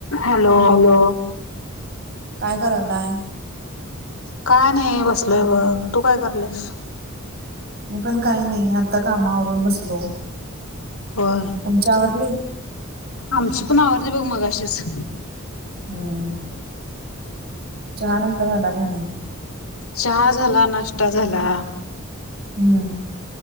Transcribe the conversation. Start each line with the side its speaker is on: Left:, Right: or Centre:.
Left: हॅलो. हॅलो.
Right: काय करायलाय?
Left: काय नाय बसलोय बघ, तू काय करायल्यास?
Right: मी पण काही नाही, आत्ता काम आवरून बसलो.
Left: होय.
Right: तुमची आवरली?
Left: आमचीपण आवरली बघ मघाशीच.
Right: हम्म. चहा, नाष्टा झाला का नाही?
Left: चहा झाला, नाष्टा झाला.
Right: हम्म